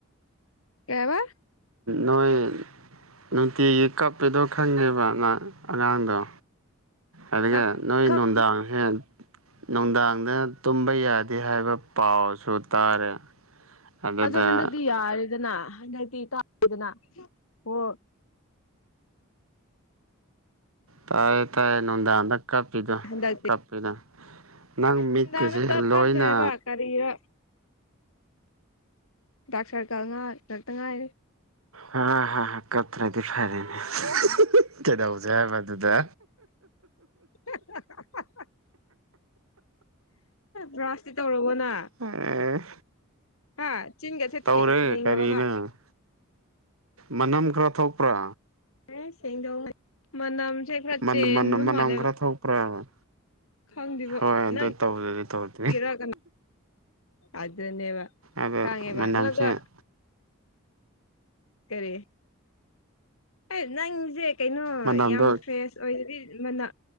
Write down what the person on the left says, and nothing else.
ꯀꯩ ꯍꯥꯏꯕ
ꯀꯞ
ꯀꯞꯇꯦ
ꯑꯗꯣ ꯍꯟꯗꯛꯇꯤ ꯌꯥꯔꯦꯗꯅ ꯍꯟꯗꯛ <unintelligible> ꯇꯥꯅꯦꯗꯅ ꯍꯣ
ꯍꯟꯗꯛꯇꯤ
ꯅꯨꯡꯗꯥꯡꯗ ꯇꯞ
ꯀꯞꯇ꯭ꯔꯦꯕ ꯀꯔꯤꯔ ꯗꯥꯛ ꯁꯔꯀꯜꯉꯥ ꯉꯥꯛꯇ ꯉꯥꯏꯔꯦ
<inaudible> ꯕ꯭ꯔꯥꯁꯇꯤ ꯇꯧꯔꯕꯣ ꯅꯪ
ꯍꯥ ꯆꯤꯟꯒꯁꯦ
ꯁꯦꯡꯂꯕꯕ
ꯑꯦ ꯁꯦꯡꯗꯧ <unintelligible> ꯃꯅꯝꯁꯦ ꯈꯔ
ꯆꯦꯟꯕ ꯃꯥꯜꯂꯦꯕ
ꯈꯪꯗꯦꯕꯣ
ꯅꯪ
ꯒꯤꯔ ꯀꯅꯥ ꯑꯗꯨꯅꯦꯕ
ꯈꯪꯉꯦꯕ
ꯅꫭꯏꯒ ꯀꯔꯤ ꯑꯦ ꯅꯪꯖꯦ ꯀꯩꯅꯣ
ꯌꯥꯝ ꯐ꯭ꯔꯦꯁ ꯑꯣꯏꯗꯨꯗꯤ ꯃꯅꯥ